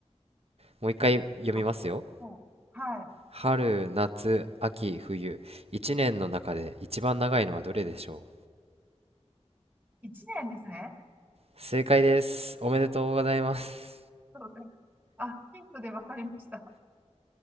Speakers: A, on the right; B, on the right.
A: もう一回読みますよ。
B: あ、もう、はい。
A: 春、夏、秋、冬。一年の中で一番長いのはどれでしょ
B: 1年ですね。
A: う正解です。おめでとうございます。
B: そうですあ、ヒントで分かりました。